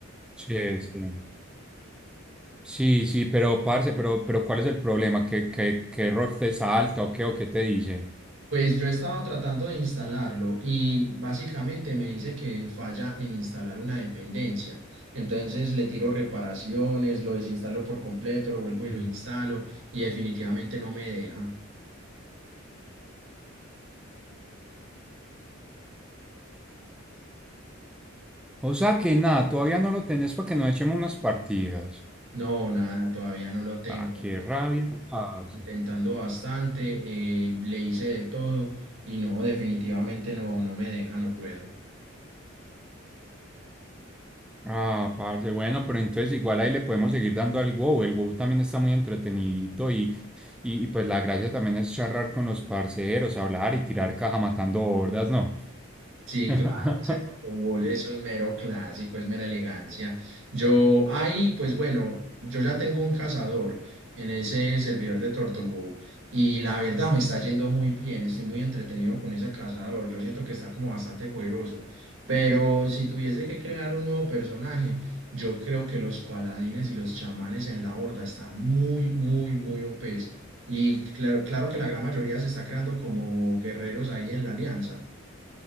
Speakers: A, in the centre; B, on the right.
A: Sí, sí. Sí, sí, pero parce, pero, pero ¿cuál es el problema? ¿Qué, qué, qué error te salta o qué, o qué te dice?
B: Pues yo he estado tratando de instalarlo y básicamente me dice que falla en instalar una dependencia. Entonces le tiro reparaciones, lo desinstalo por completo, lo vuelvo y lo
A: Mm.
B: instalo y definitivamente no me deja.
A: O sea que nada, todavía no lo tenés para que nos echemos unas partidas.
B: No, nada, todavía no lo tengo.
A: Ah, qué
B: de hecho.
A: rabia, parce.
B: Intentando bastante, eh, le hice de todo y no, definitivamente no, no me deja, no puedo.
A: Ah, parce, bueno, pero entonces igual ahí le podemos seguir dando al WoW. El WoW también está muy entretenidito y, y, y pues la gracia también es charlar con los parceros, hablar y tirar caja matando hordas, ¿no?
B: Sí,
A: <laughs>
B: claro, ese tocobol es un mero clásico, es mera elegancia. Yo ahí, pues bueno, yo ya tengo un cazador en ese servidor de TurtleWow y la verdad me está yendo muy bien, estoy muy entretenido con ese cazador, yo siento que está como bastante poderoso, pero si tuviese que crear un nuevo personaje, yo creo que los paladines y los chamanes en la horda están muy, muy, muy OPs y claro, claro que la gran mayoría se está creando como guerreros ahí en la alianza